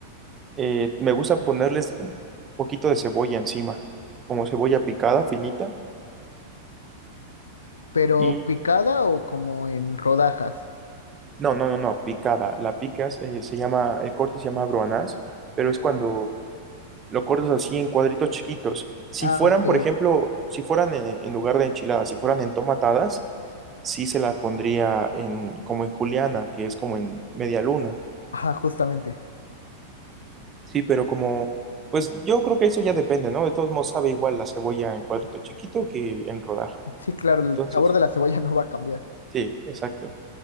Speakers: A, on the right; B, on the left.
A: Eh, me gusta ponerles un poquito de cebolla encima, como cebolla picada, finita.
B: pero
A: Y
B: picada o como en rodajas?
A: no, no, no, no, picada. La picas, eh, se llama, el corte se llama broanás, pero es cuando lo cortas así en cuadritos chiquitos. Si
B: Ah,
A: fueran,
B: ok.
A: por ejemplo, si fueran en, en lugar de enchiladas, si fueran en tomatadas, sí se las pondría en, como en juliana, que es como en media luna.
B: Ajá, justamente.
A: Sí, pero como, pues yo creo que eso ya depende, ¿no? De todos modos sabe igual la cebolla en cuadrito chiquito que en rodaja.
B: Sí, claro, el
A: Entonces.
B: sabor de la cebolla <laughs> no va a cambiar.
A: Sí, exacto.